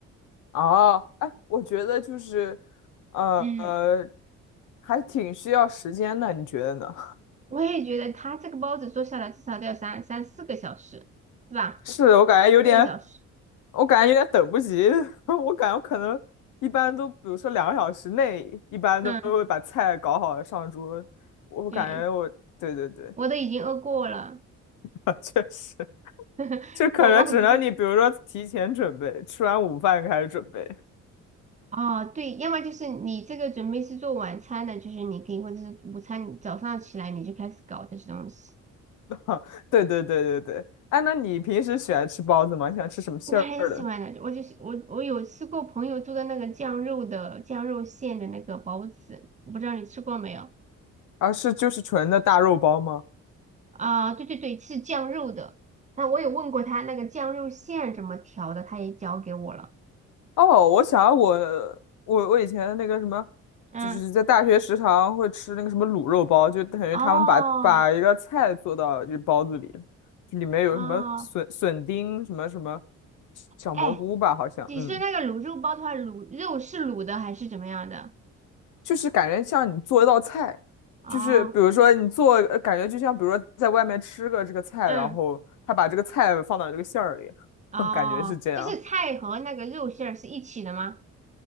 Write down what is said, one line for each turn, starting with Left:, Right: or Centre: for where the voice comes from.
Left: 哦，哎，我觉得就是，呃，
Right: 嗯，
Left: 呃还挺需要时间的，你觉得呢？
Right: 我也觉得他这个包子做下来至少得要三三四个小时，是吧？
Left: <laughs> 是我感觉有点，
Right: 四个小时。
Left: 我感觉有点等不及，<laughs> 我感觉我可能一般都，比如说两个小时内，一般都会把菜搞好上桌，
Right: 嗯，
Left: 我感觉我，
Right: 对，
Left: 对对对，
Right: 我都已经饿过了，
Left: <laughs> 确实，
Right: <laughs>
Left: 就可能只能你比如说提前准备，
Right: 我饿。
Left: 吃完午饭开始准备。
Right: 哦，对，要么就是你这个准备是做晚餐的，就是你可以，或者是午餐，早上起来你就开始搞这些东西。
Left: <laughs> 对对对对对，哎，那你平时喜欢吃包子吗？你喜欢吃什么馅儿的？
Right: 我很喜欢的，我就是我我有吃过朋友做的那个酱肉的酱肉馅的那个包子，我不知道你吃过没有？
Left: 啊，是就是纯的大肉包吗？
Right: 啊、对对对，是酱肉的。那我有问过他那个酱肉馅怎么调的，他也教给我了。
Left: 哦，我想我我我以前那个什么，
Right: 嗯，
Left: 就是在大学食堂会吃那个什么卤肉包，就等于他们把把一个菜做到就包子里，
Right: 哦
Left: 就里面有什么笋笋丁什么什么
Right: 哦，
Left: 小蘑菇吧，
Right: 哎，
Left: 好像，
Right: 你说那个卤肉包的话，
Left: 嗯，
Right: 卤肉是卤的还是怎么样的？
Left: 就是感觉像你做一道菜，
Right: 哦，
Left: 就是比如说你做，呃感觉就像比如说在外面吃个这个菜，
Right: 嗯。
Left: 然后他把这个菜放到这个馅儿里，
Right: 哦，
Left: <laughs> 感觉是这样。
Right: 就是菜和那个肉馅儿是一起的吗？